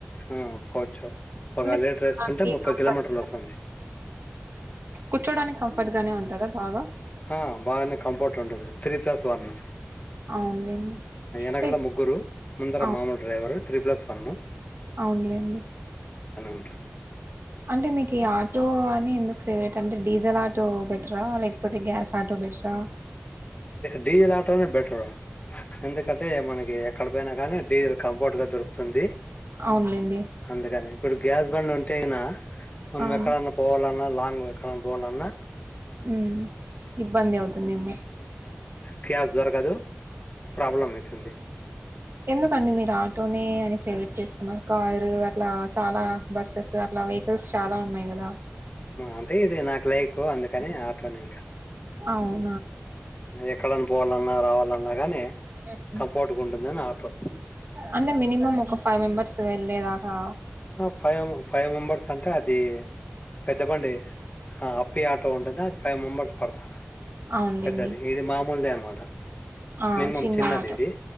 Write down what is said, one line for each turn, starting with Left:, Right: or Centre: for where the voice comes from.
Left: ఆ పోవచ్చు ఒక
Right: అంటే
Left: లీటర్ వేసుకుంటే
Right: కూర్చోడానికి
Left: ముప్పై
Right: కంఫర్ట్
Left: కిలోమీటర్లు వస్తుంది
Right: కూర్చోడానికి కంఫర్ట్ గానే ఉంటదా బాగా
Left: ఆ బాగానే కంఫర్ట్ ఉంటది త్రీ ప్లస్ వన్న
Right: అవునులేండి అంటే
Left: వెకలా ముగ్గురు ముందర
Right: అవు
Left: మామూలు డ్రైవరు త్రీ ప్లస్ వన్న
Right: అవునులేండి
Left: ఉంటుంది
Right: అంటే మీకు ఈ ఆటో అని ఎందుకు ఫేవరెట్ అంటే డీజిల్ ఆటో బెటరా లేకపోతే గ్యాస్ ఆటో బెట్రా ఆ
Left: డీజిల్ ఆటోనే బేటా ఎందుకంటే మనకి ఎక్కడ పోయిన గాని డీజిల్ కంఫర్ట్ గా దొరుకుతుంది తుంది
Right: అవునులేండి
Left: అందుకనే ఇప్పుడు గ్యాస్ బండ్ ఉంటేగిన మనం
Right: అవును
Left: ఎక్కడన్నా పోవాలన్నా నువ్ ఎక్కడన్ పోవాలన్న
Right: ఉ ఇబ్బంది అవుతుందేమో
Left: ప్యాస్ దొరకదు ప్రాబ్లం అవుతుంది
Right: ఎందుకండి మీరా ఆటో నే అని ఫేవరట్ చేసుకున్నారు కారు ఇట్లా చాలా బస్సెస్ అట్లా వెకిల్స్ చాలా ఉన్నాయి కదా
Left: అంటే ఇది నాకు లైక్ అందుకని ఆటో నే
Right: అవును
Left: ఎక్కడనా పోవాలన్నా రావాలన్నా కానీ
Right: హ్మ్.
Left: కంపోర్టుగ ఉంటుందని ఆటో
Right: అంటే మినిమం ఒక ఫైవ్ మెంబర్స్ వెళ్లేదాకా
Left: ఆ ఫైవ్ ఫైవ్ మెంబర్స్ అంటే అది పెద్ద బండి ఆ అప్పి ఆటో ఉంటు ఫైవ్ మెంబర్స్ పడతారు
Right: అవునులేండి
Left: పెద్దది ఇది మామూలుదే అను వాడ
Right: ఆ
Left: మినిమం
Right: చిన్న
Left: చిన్నది
Right: ఆటో
Left: ఇది